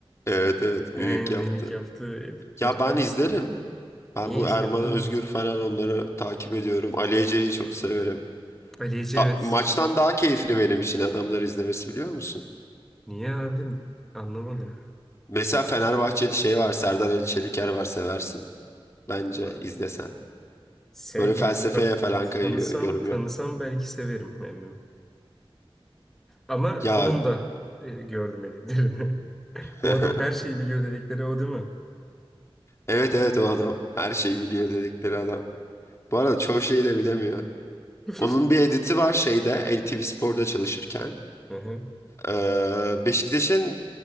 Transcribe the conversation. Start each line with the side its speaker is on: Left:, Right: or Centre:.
Left: evet, evet, mimik
Centre: Ha, mimik
Left: yaptı.
Centre: yaptığı editleri
Left: Ya ben
Centre: ben
Left: izlerim.
Centre: izliyorum.
Left: Ben
Centre: Niye
Left: bu
Centre: izliyorsun
Left: Erman
Centre: oğlum?
Left: Özgür falan onları takip ediyorum. Ali Ece'yi çok severim.
Centre: Ali Ece
Left: Ta-
Centre: evet
Left: maçtan
Centre: çocuk.
Left: daha keyifli benim için adamları izlemesi biliyor musun?
Centre: Niye abi? Anlamadım.
Left: Mesela Fenerbahçeli şey var, Serdar Ali Çeliker var seversin. Bence
Centre: Allah.
Left: izlesen.
Centre: Sevmi
Left: Böyle felsefeye
Centre: ta-
Left: falan kayıyor,
Centre: tanısam
Left: yorum
Centre: tanısam
Left: yap.
Centre: belki severim emmim. Ama
Left: Ya
Centre: onun da e, gördüm editlerini. <laughs>
Left: <laughs>
Centre: Bu adam her şeyi biliyor dedikleri o değil mi?
Left: evet evet o adam. Her şeyi biliyor dedikleri adam. Bu arada çoğu şeyi de bilemiyor.
Centre: <laughs>
Left: Onun bir editi var şeyde NTV Spor'da çalışırken.
Centre: Hı hı.
Left: Ee, Beşiktaş'ın